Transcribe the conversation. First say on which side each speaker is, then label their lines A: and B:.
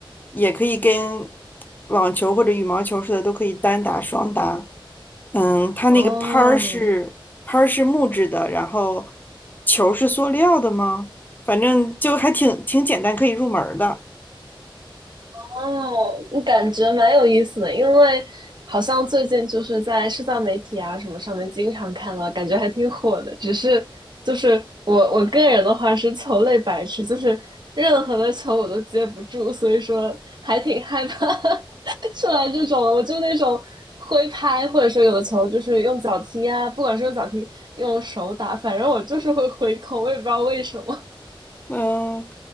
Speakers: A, on the left; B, on the right.
A: 也可以跟网球或者羽毛球似的，都可以单打、双打。嗯，它那个拍儿是拍儿是木质的，
B: 哦，
A: 然后球是塑料的吗？反正就还挺挺简单，可以入门儿的。
B: 哦，感觉蛮有意思的，因为好像最近就是在社交媒体啊什么上面经常看到，感觉还挺火的。只是就是我我个人的话是球类白痴，就是任何的球我都接不住，所以说还挺害怕 <laughs> 出来这种我就那种挥拍，或者说有的球就是用脚踢啊，不管是用脚踢用手打，反正我就是会挥空，我也不知道为什么。
A: 嗯，